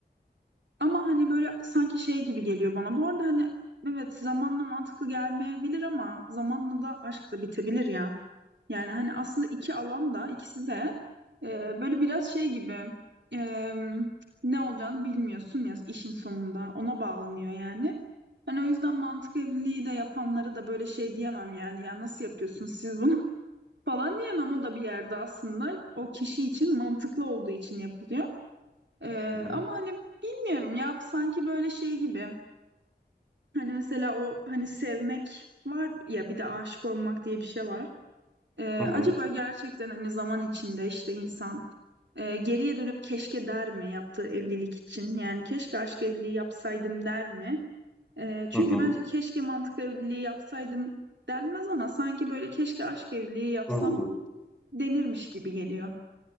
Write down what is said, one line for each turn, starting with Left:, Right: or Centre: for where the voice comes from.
Right: ama hani böyle sanki şey gibi geliyor bana. Bu arada hani evet zamanla mantıklı gelmeyebilir ama zamanla da aşk da bitebilir ya. Yani hani aslında iki alan da ikisi de e, böyle biraz şey gibi e, ne olacağını bilmiyorsun ya işin sonunda ona bağlanıyor yani. Hani o yüzden mantık evliliği de yapanları da böyle şey diyemem yani ya nasıl yapıyorsunuz siz bunu? falan diyemem o da bir yerde aslında o kişi için mantıklı olduğu için yapılıyor. Ee,
Centre: Hı hı,
Right: ama hani bilmiyorum ya sanki böyle şey gibi hani mesela o hani sevmek var ya bir de aşık olmak diye bir şey var. Ee, acaba
Centre: hı hı,
Right: gerçekten hani zaman içinde işte insan e, geriye dönüp keşke der mi yaptığı evlilik için yani keşke aşk evliliği yapsaydım der mi? Ee, çünkü
Centre: hı hı,
Right: bence keşke mantıklı evliliği yapsaydım denmez ama sanki böyle keşke aşk evliliği yapsam
Centre: hı hı.
Right: denirmiş gibi geliyor.